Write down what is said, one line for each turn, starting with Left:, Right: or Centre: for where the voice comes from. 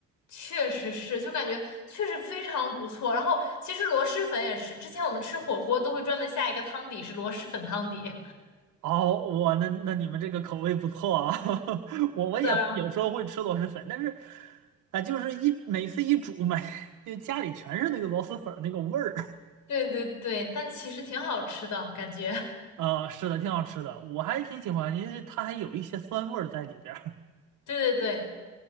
Left: 确实是，就感觉确实非常不错。然后其实螺蛳粉也是，之前我们吃火锅都会专门下一个汤底是螺蛳粉汤底。
Right: 哦，我那那你们这个口味不错啊，<laughs> 我我也有时候会吃螺蛳粉，
Left: 是的，然后
Right: 但是，啊、就是一每次一煮买，<laughs> 就家里全是那个螺蛳粉儿那个味儿，
Left: 对对对，但其实挺好吃的感觉。
Right: <laughs> 啊、是的，挺好吃的，我还挺喜欢，因为它还有一些酸味儿在里边儿。
Left: <laughs> 对对对，